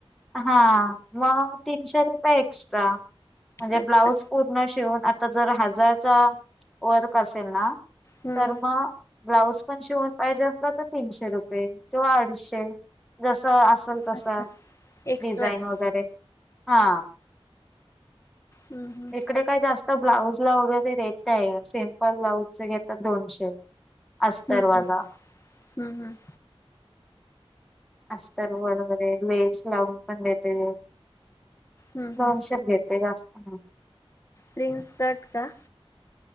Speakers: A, in the centre; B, on the left (about 30°).
A: हा, मग तीनशे रुपये एक्स्ट्रा, म्हणजे
B: अच्छा
A: ब्लाउज पूर्ण शिवून, आता जर हजारचा वर्क असेल ना.
B: हम्म
A: तर मग ब्लाउज पण शिवून पाहिजे असला तर तीनशे रुपये, किंवा आडीशे. जस असल तस,
B: अच्छा एक्स्ट्राच
A: डिझाईन वगैरे, हा.
B: हम्म
A: इकडे काय जास्त ब्लाऊजला वगैरे रेट नाही, सिम्पल ब्लाऊजचे घेतात दोनशे. अस्तरवाला
B: ह, ह, हम्म, हम्म.
A: अस्तरवर्ड मध्ये लेस लावून पण देते,
B: हम्म
A: दोनशेच
B: हम्म
A: घेते. ते जास्त नाय.
B: प्रिनस्कर्ट का?